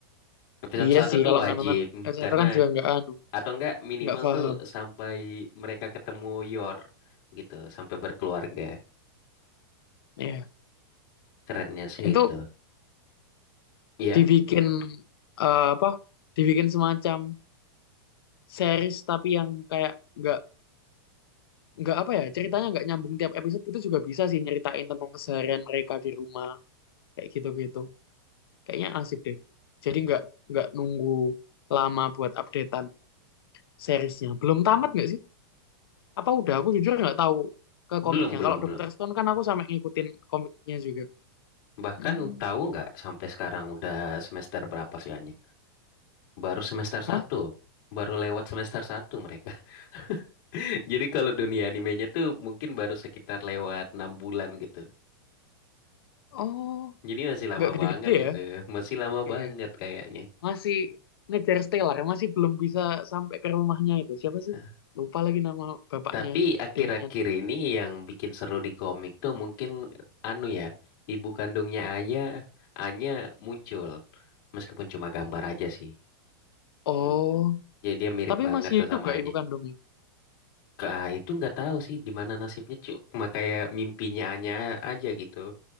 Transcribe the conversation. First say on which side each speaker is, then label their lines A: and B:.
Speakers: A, on the left; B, on the left.
A: Episode
B: Iya
A: satu
B: sih,
A: tuh
B: kalau
A: wajib,
B: nggak nonton S1
A: karena
B: kan juga nggak anu,
A: atau enggak minimal
B: nggak paham.
A: tuh sampai mereka ketemu Yor gitu, sampai berkeluarga.
B: Ya,
A: Kerennya sih
B: itu
A: itu. Iya.
B: dibikin eh, apa? Dibikin semacam series tapi yang kayak nggak nggak apa ya ceritanya nggak nyambung tiap episode itu juga bisa sih nyeritain tentang keseharian mereka di rumah kayak gitu-gitu. Kayaknya asik deh. Jadi nggak nggak nunggu lama buat updatean seriesnya. Belum tamat nggak sih? Apa udah? Aku jujur nggak tahu ke
A: Belum,
B: komiknya.
A: belum,
B: Kalau
A: belum.
B: Dr. Stone kan aku sampai ngikutin komiknya juga.
A: Bahkan
B: Hmm.
A: tahu nggak sampai sekarang udah semester berapa sih Anya? Baru semester
B: Hah?
A: satu. Baru lewat semester satu mereka. <laughs> Jadi kalau dunia animenya tuh mungkin baru sekitar lewat enam bulan gitu.
B: Oh.
A: Jadi masih lama
B: nggak gede-gede
A: banget itu.
B: ya.
A: <laughs> Masih lama
B: Iya.
A: banget kayaknya.
B: Masih ngejar Stellar, masih belum bisa sampai ke rumahnya itu. Siapa sih?
A: Hah.
B: Lupa lagi nama bapaknya,
A: Tapi akhir-akhir
B: Demian.
A: ini yang bikin seru di komik tuh mungkin anu ya, ibu kandungnya Anya, Anya muncul. Meskipun cuma gambar aja sih.
B: Oh,
A: Hmm. Jadi dia mirip
B: tapi
A: banget
B: masih
A: tuh
B: hidup
A: sama
B: nggak
A: Anya.
B: ibu kandungnya?
A: Kak, itu nggak tahu sih di mana nasibnya cu cuma kayak mimpinya Anya aja gitu